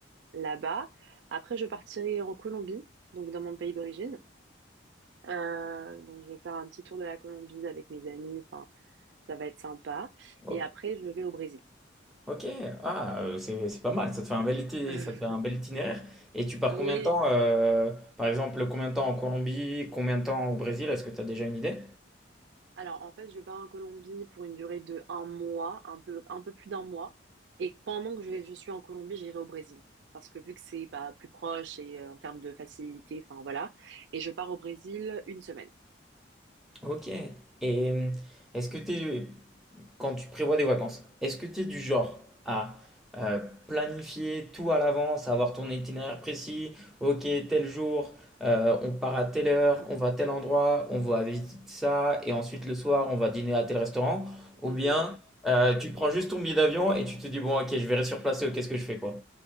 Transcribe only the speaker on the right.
là-bas. Après, je partirai en Colombie, donc dans mon pays d'origine. Euh, donc, je vais faire un petit tour de la Colombie avec mes amis. Enfin, ça va être sympa.
Et après, je vais au Brésil.
<laughs>
Oui.
Alors, en fait, je pars en Colombie pour une durée de un mois, un peu, un peu plus d'un mois. Et pendant que je, je suis en Colombie, j'irai au Brésil. Parce que vu que c'est bah, plus proche et euh, en termes de facilité, enfin voilà. Et je pars au Brésil une semaine.
<laughs>
Mm.